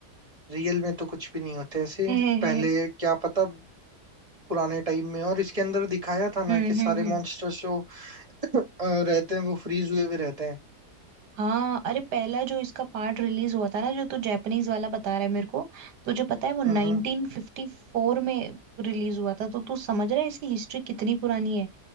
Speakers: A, on the right; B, on the right.
A: रियल में तो कुछ भी नहीं होते ऐसे
B: हम्म
A: पहले क्या पता पुराने टाइम में और इसके अंदर दिखाया था ना
B: हम्म
A: कि सारे
B: हम्म
A: मॉन्स्टर्स जो अ, रहते हैं वो फ्रीज हुए हुए रहते हैं
B: हाँ अरे पहला जो इसका पार्ट रिलीज हुआ था ना जो तू जापानीज वाला बता रहा है मेरे को तुझे पता है वो 1954
A: हम्म हम्म
B: में रिलीज हुआ था तो तू समझ रहा है इसकी हिस्ट्री कितनी पुरानी है